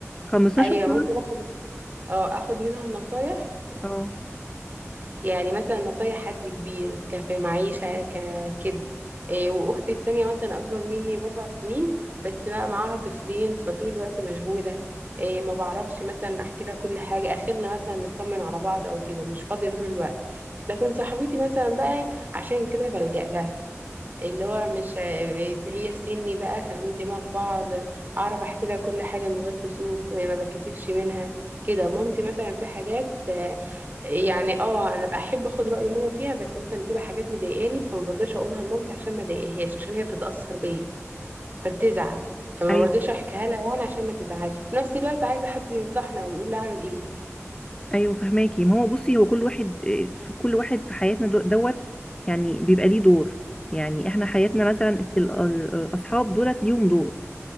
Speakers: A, on the left; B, on the right.
A: 15
B: ايوه
A: سنه
B: ممكن اخد اه اخد منها نصايح
A: اه
B: يعني مثلا نصايح حد كبير ك- في المعيشة ك- كده إيه، وأختي التانية مثلا أكبر مني بأربع سنين بس بقى معاها طفلين فطول الوقت مشغولة إيه، ما بعرفش مثلا أحكي لها كل حاجة آخرنا مثلا نطمن على بعض أو كده مش فاضية طول الوقت لكن صاحبتي مثلا بقى عشان كده بلجأ لها اللي هو مش اللي هي في سني بقى فاهمين دماغ بعض اعرف احكي لها كل حاجه من غير كسوف ما بتكسفش منها كده مامتي مثلا في حاجات آه، يعني اه انا بحب اخد راي ماما فيها بس مثلا بتبقى حاجات مضايقاني فما برضاش اقولها لمامتي عشان ما اضايقهاش عشان هي بتتاثر بيا فبتزعل فما
A: ايوه
B: برضاش احكيها لها وانا عشان ما تزعلش وفي نفس الوقت عايزه حد ينصحنا ويقول لي اعمل ايه
A: ايوه فهماكي ما هو بصي هو كل واحد آه، في كل واحد في حياتنا دو- دوت يعني بيبقى ليه دور يعني احنا حياتنا مثلا ال- ال- الاصحاب دولت ليهم دور